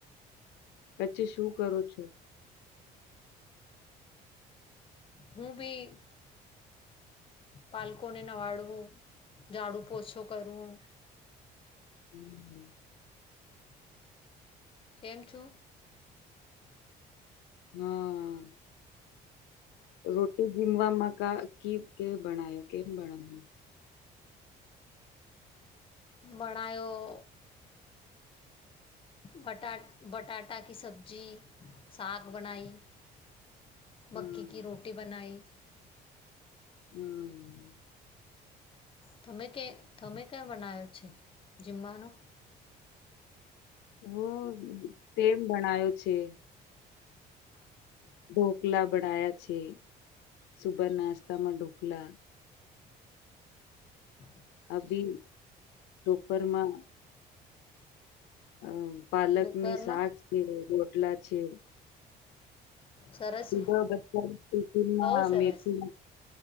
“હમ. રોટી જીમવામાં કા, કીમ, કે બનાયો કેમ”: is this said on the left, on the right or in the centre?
Left